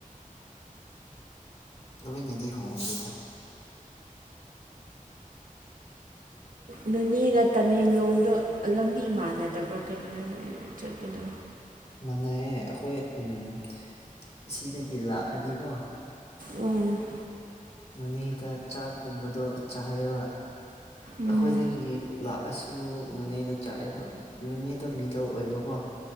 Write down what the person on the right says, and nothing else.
ꯅꯨꯅꯦꯒ ꯇꯃꯦꯡꯂꯣꯡꯗ ꯂꯝꯕꯤ ꯃꯥꯟꯅꯗꯕ꯭ꯔꯥ ꯀꯔꯤꯅꯣ ꯆꯠꯄꯅ
ꯎꯝ
ꯎꯝ